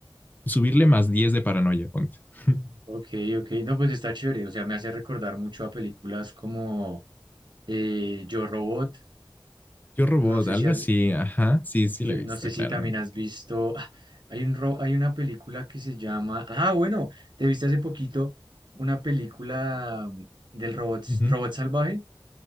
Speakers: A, on the left; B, on the right.
A: Subirle más 10 de paranoia, ponte. <laughs>
B: Ok, ok. No, pues está chévere. O sea, me hace recordar mucho a películas como eh, Yo Robot.
A: Yo Robot,
B: No sé
A: algo
B: si
A: así,
B: has,
A: ajá, sí, sí
B: yo,
A: la he visto,
B: no sé
A: claramente.
B: si también has visto. ah, Hay un ro- hay una película que se llama. Ah, bueno, te viste hace poquito una película mm, del robot,
A: Ujú.
B: robot salvaje.